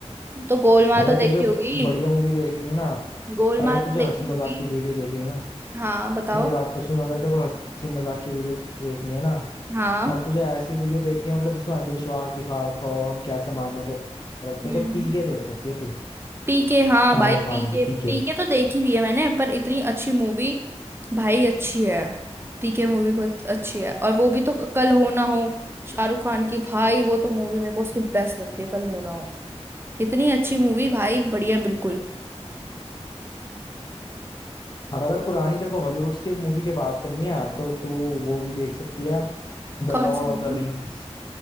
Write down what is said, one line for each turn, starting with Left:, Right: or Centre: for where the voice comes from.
Right: तो गोलमाल
Left: अगर
Right: तो देखी
Left: तुझे
Right: होगी
Left: बढ़िया मूवी देखनी है ना
Right: गोलमाल
Left: अगर तुझे
Right: तो देखी
Left: हंसी मजाक
Right: होगी
Left: की वीडियो देखनी है ना
Right: हाँ बताओ
Left: मेरी बात तो सुन अगर तेरे को हंसी मजाक की वीडियो देखनी है ना
Right: हाँ
Left: और तुझे ऐसी वीडियो देखनी है मतलब जिसमें अंधविश्वास दिखा रखा हो हम कैसे मान्यता रखते
Right: हम्म
Left: हैं, तो पीके देख सकती है तू
Right: पीके हाँ
Left: आमिर
Right: भाई पीके
Left: खान की
Right: पीके
Left: पीके
Right: तो देखी हुई है मैंने पर इतनी अच्छी मूवी भाई अच्छी है पीके मूवी बहुत अच्छी है और वो भी तो कल हो ना हो शाहरुख खान की भाई वो तो मूवी मेरे को उसकी बेस्ट लगती है कल हो ना हो इतनी अच्छी मूवी भाई बढ़िया बिल्कुल
Left: और अगर पुरानी तेरे को हॉलीवुड की मूवी की बात करनी है तो तू वो भी देख सकती है the
Right: कौन
Left: lord
Right: सी मूवी
Left: of the rings